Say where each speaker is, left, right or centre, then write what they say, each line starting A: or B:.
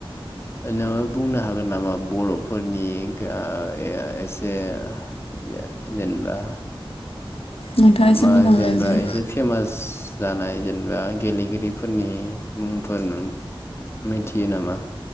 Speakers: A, on the left; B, on the left.
A: नोङो बुंनो हागोन नामा? बर'फोरनि गा या एसे जे-जेनबा
B: नोंथाङा एसे
A: मा
B: मोजां
A: जेनेबा
B: रायज्लाय
A: एसे फेमास जानाय जेनेबा गेलेगिरिफोरनि मुंफोर नों मिथियो नामा?